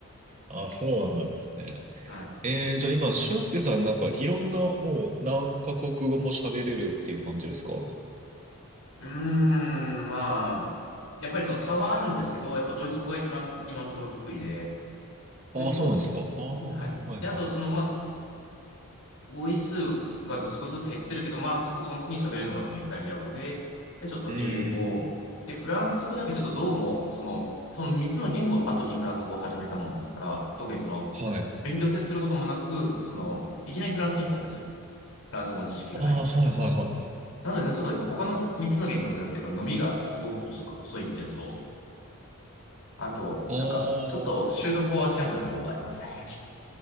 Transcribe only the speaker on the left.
はい。
うーん、まあ、やっぱりその差はあるんですけど、やっぱドイツ語が一番今のところ得意で、
で、その次、
はい。
で、あと、その、まあ、語彙数が少しずつ減ってるけど、まあ、そこ、その次に喋れるのが多分イタリア語で、で、ちょっと英語、
で、フランス語だけちょっとどうも、その、その3つの言語の後にフランス語を始めたものですから、特にその、
勉強することもなく、その、いきなりフランスに来たんですよ。フランス語の知識がない状態で。
なので、ちょっとやっぱ他の3つの言語に比べて、やっぱ伸びがすごく遅く、遅いっていうのと、あと、
なんか、ちょっと習得を諦めたところがありますね。